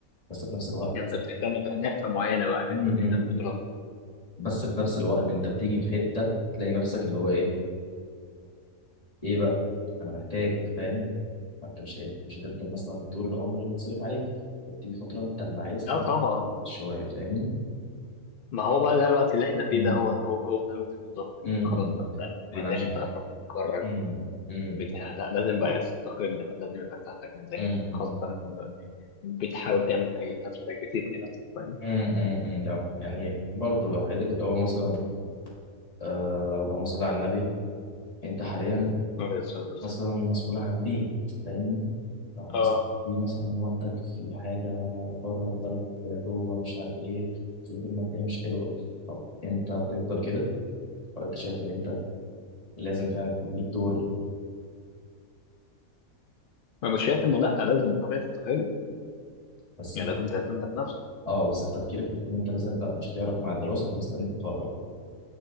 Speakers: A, on the left; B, on the left.
A: بس في نفس الوقت
B: انت بتهتم بنقطه معينه بقى اللي
A: امم
B: انت بتهتم بدراستك
A: بس في نفس الوقت انت بتيجي في حته تلاقي نفسك اللي هو ايه ايه بقى انا محتاج فاهم انت مش هت- مش هتفضل مثلا طول العمر بيتصرف عليك انت بتيجي فتره انت اللي عايز
B: اه
A: تنتج
B: طبعا
A: شويه فاهمني
B: ما هو بقى ده الوقت اللي احنا فيه
A: امم
B: ده هو هو هو ده الوقت بالظبط اللي
A: امم
B: هو خلاص بقى انت هتعمل
A: ما
B: ايه
A: انا
B: تاني
A: عشان
B: انت قربت تتخرج
A: امم امم
B: بتاع لا لازم بقى تستقل بقى لازم يبقى انت عندك ميزانية
A: امم
B: خاصة لازم بقى بتحاول تعمل حاجة لنفسك بتبني نفسك فاهم؟
A: امم لا يعني برضه لو حته اللي هو مثلا آه اللهم صل على النبي انت حاليا
B: عليه الصلاة والسلام
A: مثلا مسؤولة عن بيت فاهمني لو مثلا
B: اه
A: في مثلا والدك في حاجة بره البلد جوه مش عارف ايه الظروف المادية مش حلوة طب انت هتفضل كده ولا انت شايف ان انت لازم فعلا يكون ليك دور
B: انا مش شايف انه لا لازم طبيعي تستقل
A: بس
B: يعني
A: انت
B: لازم تعتمد على نفسك
A: اه بس في تفكيرك حتة ان انت لازم لا مش هتعرف مع الدراسة فمستني تتخرج